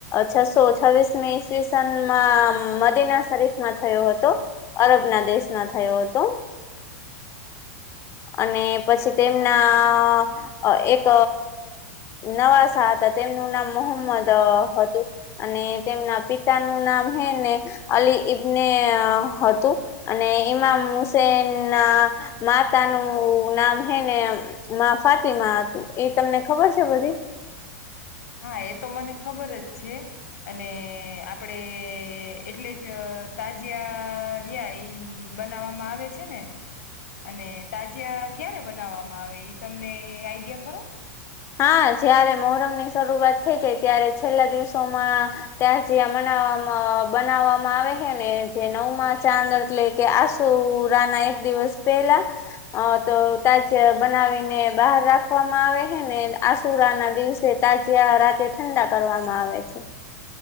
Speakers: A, on the left; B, on the left.
A: છસો છવ્વીસની ઈસવીસનમાં મદીના શરીફમાં થયો હતો અરબ ના દેશમાં થયો હતો અને પછી તેમના એક નવા શાહ હતા તેમનું નામ મોહમ્મદ હતું અને તેમના પિતાનું નામ હે ને અલી ઈબને હતું અને ઈમામ હુસેન ના માતાનું નામ હેને માં ફાતીમાં હતું એ તમને ખબર છે બધી
B: હા એ તો મને ખબર જ છે અને આપડે એટલે જ તાજીયા રયાઈ બનાવવામાં આવે છે ને અને તાજીયા ક્યારે બનાવવામાં આવે એ તમને આઈડિયા ખરો.
A: હા જયારે મોહરમ ની શરૂઆત થઈ જાય ત્યારે છેલ્લા દિવસોમાં ત્યાં જ્યાં મનાવામાં બનાવવામાં આવે હે ને જે નવમાં ચાંદ એટલે કે આસુરા ના એક દિવસ પહેલા તો ત્યાં જ બનાવીને બહાર રાખવામાં આવે. ને આસુરા ના દિવસે તાજીયા રાતે ઠંડા કરવામાં આવે છે.